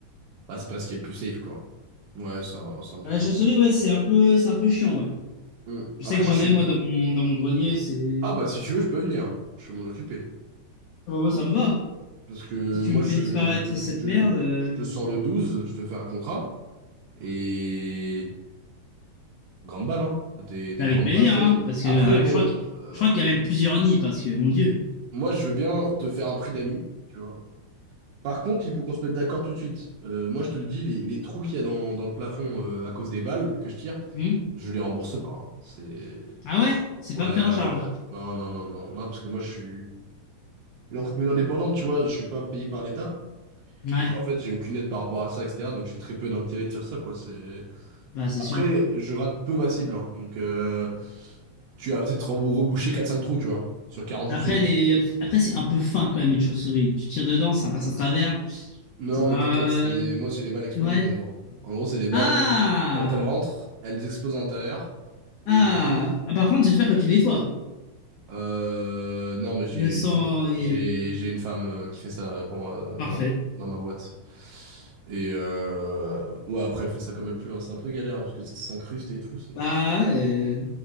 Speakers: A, on the right; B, on the left.
A: Bah, c'est pas ce qui est le plus safe, quoi. Ouais, c'est un, c'est un peu
B: Bah, La
A: ça.
B: chauve-souris, ouais, c'est un peu, c'est un peu chiant, ouais.
A: Hmm.
B: Je
A: Après,
B: sais que
A: moi,
B: j'en
A: je
B: ai,
A: suis...
B: moi, dans mon, dans mon grenier, c'est...
A: Ah, bah, si tu veux, je peux venir. Je peux m'en occuper.
B: Ah bah, moi, ça me va.
A: Parce que
B: Si tu
A: moi,
B: me fais
A: je,
B: disparaître cette
A: je te...
B: merde, euh,
A: je te sors le douze je te fais un contrat, et... Grande balle, hein. Des, des
B: avec
A: grandes
B: plaisir,
A: bastos.
B: hein, parce
A: Après,
B: que euh,
A: bon,
B: je crois que
A: euh,
B: je crois qu'il y a même plusieurs nids, parce que mon Dieu.
A: moi, je veux bien te faire un prix d'amis, tu vois. Par contre, il faut qu'on se mette d'accord tout de suite. Euh, moi, je te le dis, les, les trous qu'il y a dans, dans le plafond euh, à cause des balles que je tire,
B: Hmm
A: Je les rembourse pas. hein. C'est.
B: Ah ouais? C'est
A: Ouais,
B: pas pris en charge.
A: ouais. Non, non, non, non. Non, parce que moi, je suis une entreprise indépendante, tu vois, je suis pas payé par l'État.
B: Ouais,
A: Donc, en fait, j'ai aucune aide par rapport à ça, etc. Donc, j'ai très peu d'intérêt de faire ça, quoi. C'est...
B: bah c'est
A: Après,
B: sûr.
A: je rate peu ma cible. hein. Donc, euh, tu vas peut-être rembou- reboucher quatre cinq trous, tu vois, sur 40
B: Après
A: chauves-souris.
B: les, après c'est un peu fin quand même une chauve-souris. Tu tires dedans, ça passe à travers,
A: Non,
B: ça va.
A: mais t'inquiète,
B: euh,
A: c'est... moi, c'est les balles explosives,
B: Ouais.
A: en gros. En gros, c'est des balles
B: Ah!
A: où, quand elles rentrent, elles explosent à l'intérieur. Et
B: Ah!
A: du coup.
B: Ah, par contre, j'espère que tu nettoies.
A: Euh, non, mais j'ai
B: Le sang
A: une, fe-
B: est
A: j'ai, j'ai une femme euh, qui fait ça pour moi
B: parfait.
A: dans, mon- dans ma boîte. Et euh, ouais, après, elle fait ça comme elle peut. hein. C'est un peu galère hein, parce que ça s'incruste et tout. C'est
B: Bah, ouais, euh,